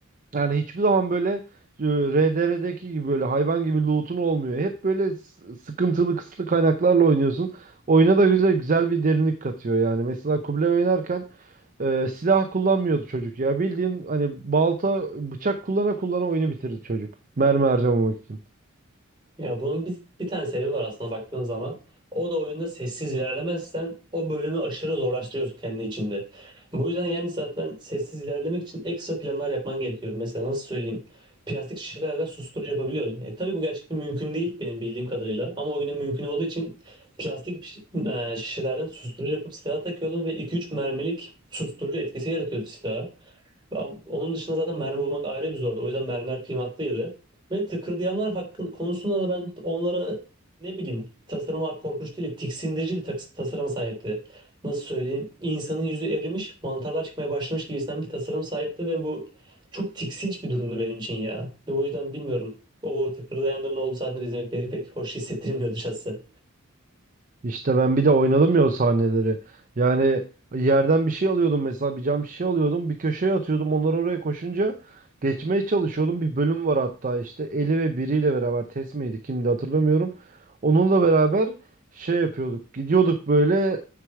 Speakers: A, on the right; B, on the right.
A: Yani hiçbir zaman böyle e, RDR'deki gibi böyle hayvan gibi loot'un olmuyor. Hep böyle s- sıkıntılı kısıtlı kaynaklarla oynuyorsun. Oyuna da güzel güzel bir derinlik katıyor yani. Mesela Kubilay oynarken e, silah kullanmıyordu çocuk ya. Bildiğin hani balta bıçak kullana kullana oyunu bitirdi çocuk. Mermi harcamamak için.
B: Ya bunun bir, bir tane sebebi var aslında baktığın zaman. O da oyunda sessiz ilerlemezsen o bölümü aşırı zorlaştırıyorsun kendi içinde. Bu yüzden yani zaten sessiz ilerlemek için ekstra planlar yapman gerekiyor. Mesela nasıl söyleyeyim? Plastik şişelerden susturucu yapabiliyorsun. E, tabii bu gerçekten mümkün değil benim bildiğim kadarıyla. Ama oyunda mümkün olduğu için plastik şiş- e, şişelerden susturucu yapıp silaha takıyordun ve iki üç mermilik susturucu etkisi yaratıyordu silaha. Ben- Onun dışında zaten mermi bulmak ayrı bir zordu. O yüzden mermiler kıymatlıydı. Ve tıkırdayanlar hakkın konusunda da ben onlara ne bileyim tasarımlar korkunç değil, tiksindirici bir tas- tasarıma sahipti. Nasıl söyleyeyim? İnsanın yüzü erimiş, mantarlar çıkmaya başlamış gibisinden bir tasarım sahipti ve bu çok tiksinç bir durumdu benim için ya. Ve o yüzden bilmiyorum. O tıkırdayanların olduğu sahneleri izlemek beni pek hoş hissettirmiyordu şahsen.
A: İşte ben bir de oynadım ya o sahneleri. Yani yerden bir şey alıyordum mesela bir cam şişe alıyordum bir köşeye atıyordum onlar oraya koşunca geçmeye çalışıyordum. Bir bölüm var hatta işte Eli ve biriyle beraber Tess miydi kimdi hatırlamıyorum. Onunla beraber şey yapıyorduk gidiyorduk böyle